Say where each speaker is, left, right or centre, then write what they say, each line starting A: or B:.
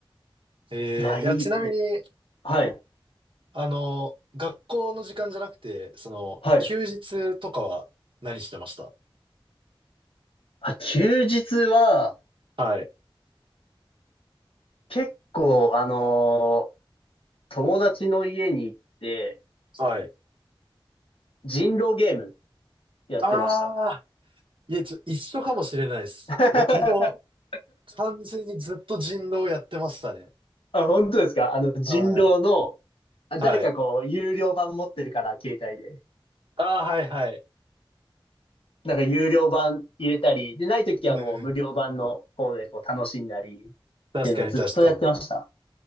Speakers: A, on the right; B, on the left.
A: えー、
B: わ、いいね。
A: いや、ちなみに、
B: はい、
A: あの、学校の時間じゃなくて、その、
B: はい。
A: 休日とかは何してました
B: あ、休日は、
A: はい。
B: 結構、あのー友達の家に行って、
A: はい。
B: 人狼ゲームやってました。
A: ああ、いや、ちょ、一緒かもしれないです。
B: <laughs>
A: 僕も完全にずっと人狼やってましたね。
B: あ、本当ですかあの、人狼の、
A: はい。
B: あ誰かこう、
A: はい。
B: 有料版持ってるから、携帯で。
A: ああ、はいはい。
B: なんか有料版入れたり、で、ないときはもう無料版の方でこう楽しんだり、
A: うんうん。
B: っ
A: 確かに確かに。
B: ていうのをずっとやってました。